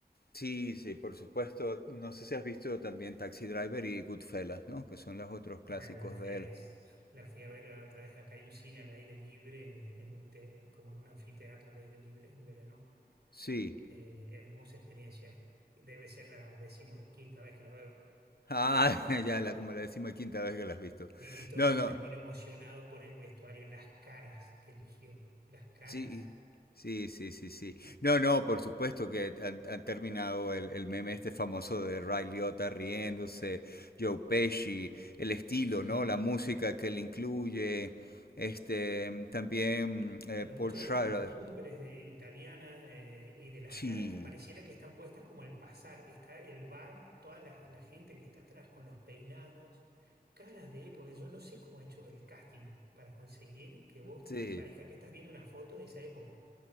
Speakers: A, on the left; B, on the right.
A: Sí, sí, por supuesto. No sé si has visto también Taxi Driver y Goodfellas, ¿no? Que son los otros clásicos
B: Bueno, Goodfellas,
A: de él.
B: la fui a ver otra vez, acá hay un cine al aire libre, en un te- como en un anfiteatro al aire libre en verano.
A: Sí.
B: Eh, hermosa experiencia. Debe ser la decimoquinta vez que la veo.
A: Ah, <laughs> ya, la, como la décima quinta vez que la has visto.
B: Y, y todas
A: No, no.
B: termino emocionado por el vestuario, las caras que eligió, las caras,
A: Sí, sí, sí, sí, sí. No, no, por supuesto que han, han terminado el, el meme este famoso de Ray Liotta riéndose, Joe Pesci, el estilo,
B: sí.
A: ¿no? La música que le incluye, este, también eh,
B: Pero mucho
A: Paul Schrader.
B: de las costumbres de italianas eh, y de las
A: Sí,
B: caras que pareciera que están puestas como al pasar. Está el bar, toda la, la gente que está atrás con los peinados, caras de época. Yo no sé cómo ha hecho el casting para conseguir que vos
A: sí.
B: te parezca que estás viendo una foto de esa época.